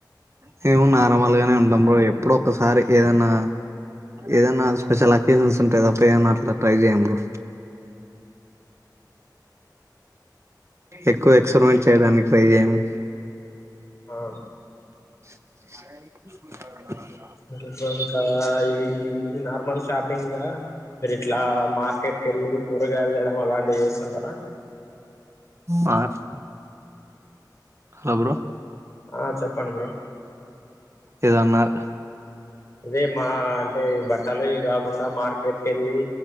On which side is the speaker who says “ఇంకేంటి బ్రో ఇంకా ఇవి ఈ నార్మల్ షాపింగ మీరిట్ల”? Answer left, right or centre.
Left